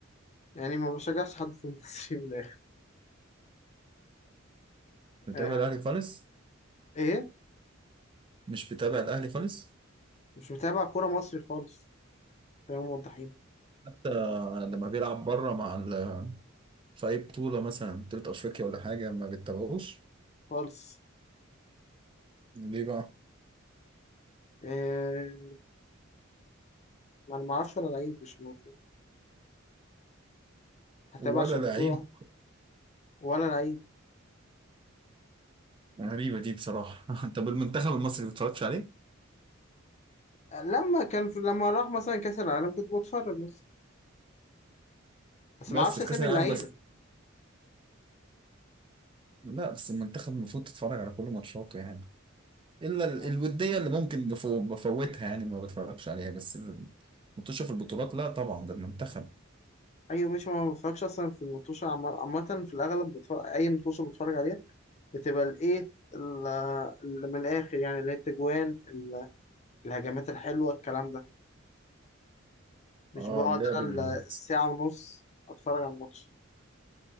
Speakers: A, on the left; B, on the right.
A: يعني ما بشجعش حد في المصري من الاخر
B: بتتابع
A: آه.
B: الاهلي خالص
A: ايه
B: مش بتابع الاهلي خالص
A: مش متابع كورة مصري خالص خلينا موضحين
B: حتى لما بيلعب بره مع ال... في اي بطوله مثلا بطوله افريقيا ولا حاجه ما بتتابعوش
A: خالص
B: ليه بقى
A: آه، ما انا ما اعرفش ولا لعيب مش موافق هتابع
B: ولا
A: عشان
B: لعيب
A: بطولة واحدة ولا لعيب
B: غريبه دي بصراحه <laughs> طب المنتخب المصري ما بتتفرجش عليه
A: لما كان في لما راح مثلا كأس العالم كنت بتفرج بس بس
B: بس
A: ما اعرفش
B: في
A: اسامي
B: كاس العالم
A: اللعيبة
B: بس لا بس المنتخب المفروض تتفرج على كل ماتشاته يعني الا ال-
A: آه.
B: الوديه اللي ممكن بفو- بفوتها يعني ما بتفرجش عليها بس المطوشه في البطولات لا طبعا ده المنتخب
A: ايوه ماشي ما بتفرجش اصلا في المطوشة عامة في الاغلب بتفرج اي مطوشة بتفرج عليها بتبقى الايه ال- اللي من الاخر يعني اللي هي التجوان ال- الهجمات الحلوة الكلام ده مش
B: اه
A: بقعد
B: اللعب
A: انا
B: ال-
A: ال- الساعة ونص اتفرج على الماتش